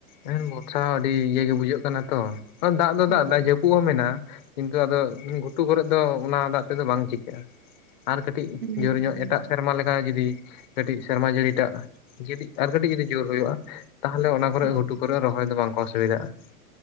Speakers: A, on the left; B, on the right.
A: ᱮᱸ ᱵᱚᱨᱥᱟ ᱦᱚᱸ, ᱟᱹᱰᱤ ᱤᱭᱟᱹ ᱜᱮ ᱵᱩᱡᱷᱟᱹᱜ ᱠᱟᱱᱟ ᱛᱚ, ᱫᱟᱜ ᱫᱚ
B: ᱦᱳᱭ
A: ᱫᱟᱜ ᱫᱟᱭ, ᱡᱟᱹᱯᱩᱫ ᱦᱚᱸ ᱢᱮᱱᱟᱜ-ᱟ ᱾ ᱠᱤᱱᱛᱩ ᱟᱫᱚ, ᱜᱷᱩᱴᱩ ᱠᱚᱨᱮ ᱫᱚ, ᱚᱱᱟ ᱫᱟᱜ ᱛᱮᱫᱚ ᱵᱟᱝ ᱪᱤᱠᱟᱹᱜ-ᱟ, ᱟᱨ ᱠᱟᱹᱴᱤᱡᱼᱼ <unintelligible>
B: ᱦᱩᱸ
A: ᱡᱳᱨ ᱧᱚᱜ, ᱮᱴᱟᱜ ᱥᱮᱨᱢᱟ ᱞᱮᱠᱟ, ᱡᱩᱫᱤ ᱠᱟᱹᱴᱤᱡ, ᱥᱮᱨᱢᱟ ᱡᱩᱫᱤ, ᱮᱴᱟᱜ, ᱟᱨ ᱠᱟᱹᱴᱤᱡ ᱡᱩᱫᱤ ᱡᱳᱨ ᱦᱳᱭᱳᱜ-ᱟ ᱾ ᱛᱟᱦᱞᱮ ᱚᱱᱟ ᱠᱚᱨᱮᱜ,
B: ᱦᱳᱭ
A: ᱜᱷᱩᱴᱩ ᱠᱚᱨᱮᱜ ᱨᱚᱦᱚᱭ ᱫᱚ ᱵᱟᱝ ᱠᱚ, ᱚᱥᱩᱵᱷᱤᱫᱟᱜ-ᱟ ᱾